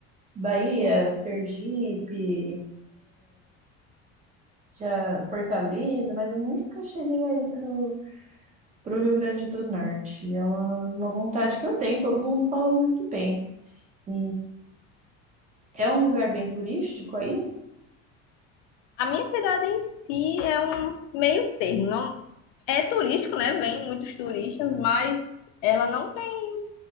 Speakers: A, on the right; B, on the left.
A: Bahia, Sergipe, já Fortaleza, mas eu nunca cheguei aí pro, pro Rio Grande do Norte. É uma, uma vontade que eu tenho, todo mundo fala muito bem. E é um lugar bem turístico aí?
B: A minha cidade em si é um meio termo. Não é turístico, né? Vem muitos turistas, mas ela não tem